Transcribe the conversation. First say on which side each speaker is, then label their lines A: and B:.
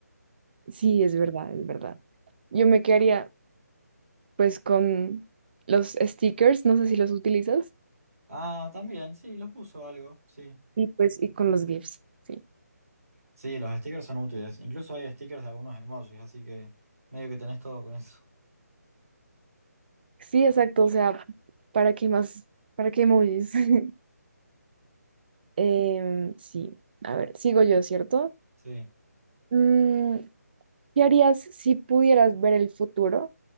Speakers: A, on the right; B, on the right.
A: Sí, es verdad, es verdad. Yo me quedaría pues con los stickers, no sé si los utilizas,
B: Ah, también, sí, los uso algo, sí.
A: y pues y con los GIFs, sí.
B: Sí, los stickers son útiles. Incluso hay stickers de algunos emojis, así que medio que tenés todo con eso. <laughs>
A: Sí, exacto, o sea, ¿para qué más? ¿Para qué emojis? <laughs> Em, sí, a ver, sigo yo, ¿cierto?
B: Sí.
A: Mm, ¿qué harías si pudieras ver el futuro,